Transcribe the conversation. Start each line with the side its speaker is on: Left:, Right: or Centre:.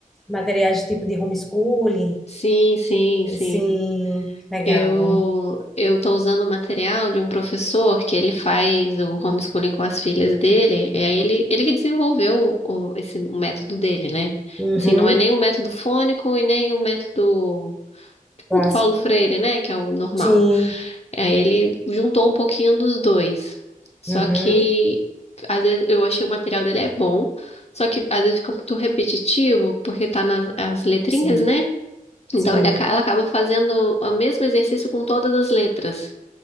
Centre: Materiais tipo de homeschooling?
Left: Sim, sim, sim.
Centre: Sim, legal.
Left: Eu eu tô usando o material de um professor que ele faz o homeschooling com as filhas dele. É ele ele que desenvolveu o, esse o método dele, né?
Centre: Uhum,
Left: Assim, não é nem o método fônico e nem o método tipo
Centre: clássico.
Left: do Paulo Freire, né? Que é o normal.
Centre: Sim,
Left: É, ele juntou um pouquinho dos dois. Só
Centre: uhum,
Left: que às vezes eu achei o material dele é bom, só que às vezes fica muito repetitivo porque tá nas as letrinhas,
Centre: sim,
Left: né? Então
Centre: sim,
Left: ele aca- ela acaba fazendo o mesmo exercício com todas as letras.